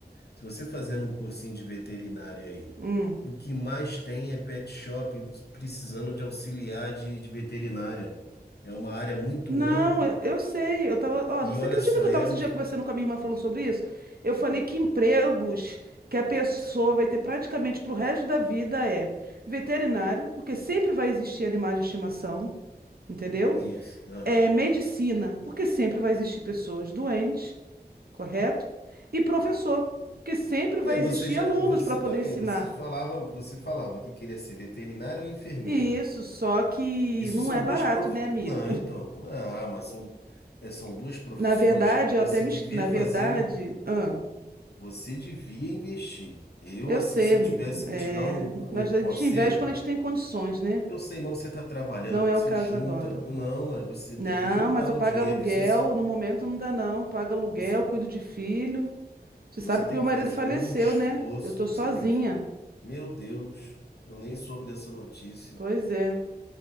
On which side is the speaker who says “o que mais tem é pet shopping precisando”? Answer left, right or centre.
Left